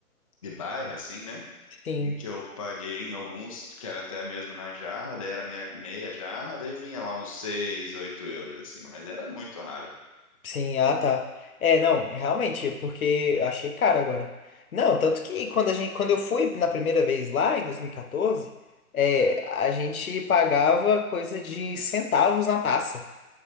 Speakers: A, on the left; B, on the left.
A: de bairro, assim, né?
B: Sim,
A: Em que eu paguei em alguns que era até mesmo na jarra, daí era meia, meia jarra, daí vinha lá uns 6 8 euros, assim, mas era muito raro.
B: sim, ah tá. É, não, realmente, é porque eu achei caro agora. Não, tanto que quando a gente, quando eu fui na primeira vez lá, em 2014, é, a gente pagava coisa de centavos na taça.